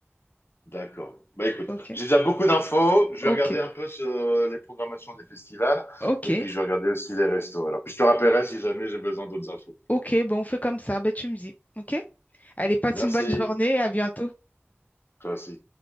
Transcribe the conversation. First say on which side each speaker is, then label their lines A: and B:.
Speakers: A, on the left; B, on the left.
A: d'accord. Bah écoute,
B: OK.
A: j'ai déjà beaucoup d'infos, je
B: OK.
A: vais regarder un peu sur les programmations des festivals,
B: OK.
A: et puis je vais regarder aussi les restos. Alors, puis je te rappellerai si jamais j'ai besoin d'autres infos.
B: OK. Bon, on fait comme ça. Bah, tu me dis. OK? Allez, passe
A: Merci.
B: une bonne journée. À bientôt.
A: classique